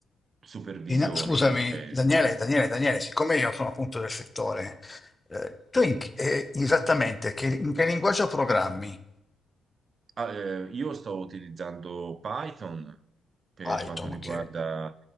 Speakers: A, on the right; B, on the left.
A: supervisione,
B: in- scusami,
A: cioè
B: Daniele, Daniele, Daniele, siccome io sono appunto del settore, eh, tu in- eh, esattamente che, in che linguaggio programmi?
A: Ah, eh, io sto utilizzando Python per
B: Python,
A: quanto riguarda,
B: ok.